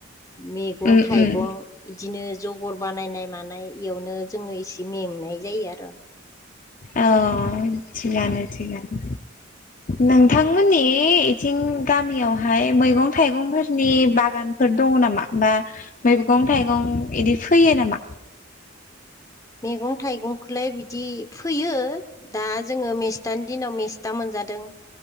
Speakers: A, on the left; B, on the left.
A: मैगं
B: उम
A: थाइगं
B: उम
A: इदिनो जगर बानायनाय मा नाय इयावनो जोङो एसे मेंनाय जायो आरो।
B: औ थिगानो थिगानो नोंथांमोननि बे इथिं गामियावहाय मैगं थाइगंफोरनि बागानफोर दङ नामा? बा मैगं थाइगं इदि फैयो नामा?
A: मैगं थाइगंखौलाय बिदि फैयो दा जोङो मेस्थानि दिनाव मेस्टा मोनजादों।